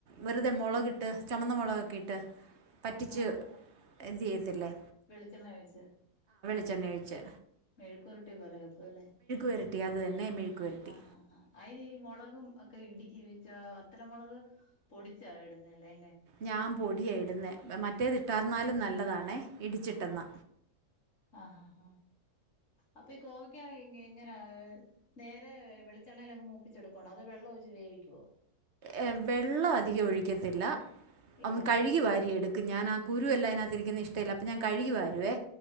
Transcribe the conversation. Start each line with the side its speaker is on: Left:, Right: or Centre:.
Right: വെറുതെ മുളകിട്ട് ചുമന്ന മുളകൊക്കെ ഇട്ട് പറ്റിച്ച്
Left: ആഹ്
Right: ഇത് ചെയ്യത്തില്ലേ
Left: വെളിച്ചെണ്ണ ഒഴിച്ച്
Right: വെളിച്ചെണ്ണയൊഴിച്ച്
Left: മെഴുക്കുവരട്ടി പോലെ വെക്കും അല്ലേ
Right: പുരട്ടി അത് തന്നെ മെഴുക്ക് പുരട്ടി
Left: ആഹ് ഹഹ അതിന് ഈ മുളകും ഒക്കെ ഇടി ച്ചാ വറ്റലുമുളക് പൊടിച്ച ഇടുന്നതല്ലേ
Right: ഞാൻ പൊടിയായിടുന്നെ മറ്റേതിട്ടാരുന്നാലും നല്ല നല്ലതാണേ ഇടിച്ചിട്ടെന്ന
Left: ആ ആ ആ അപ്പൊ ഈ കോവയ്ക്ക എങ്ങനെ നേരെ വെളിച്ചെണ്ണേൽ അങ്ങ് മൂപ്പിച്ചെടുക്കുവാണോ അതോ വെള്ളം ഒഴിച്ച് വേവിയ്ക്കുവോ
Right: ഏ വെള്ളം അധികം ഒഴിക്കത്തില്ല.
Left: ഇല്ല
Right: ഒന്ന് കഴുകി വാരിയെടുക്കും ഞാൻ ആ കുരുവെല്ലാം അതിനകത്തിരിക്കുന്ന ല്ല അപ്പൊ ഞാൻ കഴുകി വാരുവേ